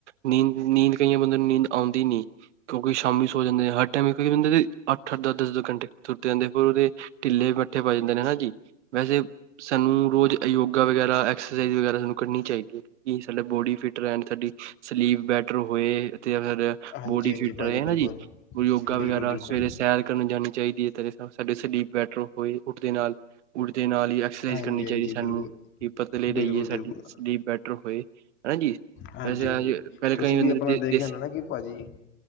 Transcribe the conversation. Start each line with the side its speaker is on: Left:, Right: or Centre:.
Right: ਨੀਂਦ ਨੀਂਦ ਕਈਆਂ ਬੇਂਦਿਆਂ ਨੂੰ ਨੀਂਦ ਆਉਂਦੀ ਨਹੀਂ, ਕਿਉਂਕਿ ਸ਼ਾਮੀ ਸੋ ਜਾਂਦੇ ਨੇ, ਹਰ ਟਾਈਮ ਕਿਉਕਿ ਬੰਦੇ ਦੇ। ਅੱਠ ਅੱਠ ਦੋ ਦਸ ਦੱਸ ਘੰਟੇ ਤੁਰੱਟ ਜਾਂਦੇ ਫਿਰ ਉਹਦੇ ਢਿੱਲੇ ਵੀ ਬੈਠੇ ਪੈ ਜਾਂਦੇ ਨੇ ਹਨਾ ਜੀ। ਵੈਸੇ ਸਾਨੂੰ ਰੋਜ਼। ਯੋਗਾ ਵਗੈਰਾ ਐਕਸਰਸਾਈਜ਼ ਵਗੈਰਾ ਸਾਨੂੰ ਕਰਨੀ ਚਾਹੀਦੀ ਹੈ ਕਿਉਂਕਿ ਸਾਡਾ ਬੋਡੀ ਫਿੱਟ ਰਹਿਣ ਸਾਡੀ। ਸਲੀਪ ਬੈਟਰ ਹੋਏ ਤੇ ਫਿਰ
Left: ਹਾਂਜੀ
Right: ਬੋਡੀ
Left: ਹਾਂਜੀ
Right: ਫਿਟ
Left: ਭਾਜੀ
Right: ਰਹੇ ਹਨਾ
Left: ਬਿਲਕੁਲ
Right: ਜੀ ਯੋਗਾ
Left: ਬਿਲਕੁਲ
Right: ਵਗੈਰਾ।
Left: ਬਿਲਕੁਲ
Right: ਸਵੇਰੇ ਸੈਰ ਕਰਨ ਜਾਣੀ ਚਾਹੀਦੀ ਹੈ, ਤਾਂ ਸਾਡੇ ਸਰੀਪ ਬੈਟਰ ਹੋਏ ਉੱਠਦੇ ਨਾਲ। ਉਠਦੇ ਨਾਲ ਹੀ ਐਕਸਰਸਾਈਜ਼
Left: ਹਾਂਜੀ
Right: ਕਰਨੀ ਚਾਹੀਦੀ
Left: ਹਾਂਜੀ
Right: ਸਾਨੂੰ
Left: ਬਿਲਕੁਲ
Right: ਕਿ, ਪਤਲੇ
Left: ਬਿਲਕੁਲ
Right: ਰਹੇਈਏ ਸਾਡੀ
Left: ਬਿਲਕੁਲ
Right: ਸਰੀਰ ਬੈਟਰ ਹੋਏ। ਹਨਾ ਜੀ
Left: ਹਾਂਜੀ
Right: ਵੈਸੇ
Left: ਹਾਂਜੀ
Right: ਅੱਜ ਪਹਿਲੇ
Left: ਤੁਸੀਂ
Right: ਕਈ
Left: ਵੀ
Right: ਬੰਦੇ
Left: ਆਪਣਾ ਦੇਖਿਆਣਾ
Right: ਦੇਸੀ
Left: ਨਾ, ਕਿ ਭਾਜੀ